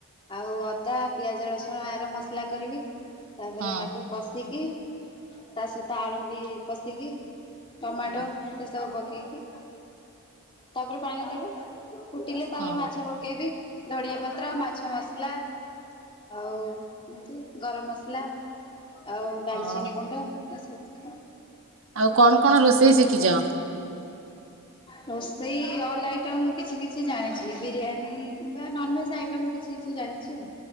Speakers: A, on the left (about 25°); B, on the right (about 60°).
A: ଆଉ ଅଦା ପିଆଜ ରସୁଣ ଆର ମସଲା କରିବି ତାପରେ
B: ହଁ
A: ତାକୁ କଷିକି ତା ସହିତ ଆଳୁ ବି କଷି ଟମାଟୋ
B: ହଁ
A: ସେସବୁ ପକେଇକି ତାପରେ ପାଣି ଦେ ଫୁଟିଲେ ତାପରେ
B: ହଁ
A: ମାଛ ପକେଇବି ଧଡିଆ ପତ୍ର ମାଛ ମସଲା। ଆଉ ଏମତି ଗରମ ମସଲା ଆଉ ଡାଲଚିନି
B: ହଁ
A: ଗୁଣ୍ଡ ଏରା ସବୁ <unintelligible>
B: ଆଉ କଣ କଣ ରୋଷେଇ ଶିଖିଚ?
A: ରୋଷେଇ ଅଲ ଆଇଟମ୍ କିଛି କିଛି ଜାଣିଚି ବିରିୟାନୀ ବା ନନଭେଜ ଆଇଟମ୍ କିଛି କିଛି ଜାଣିଚି ଆଉ।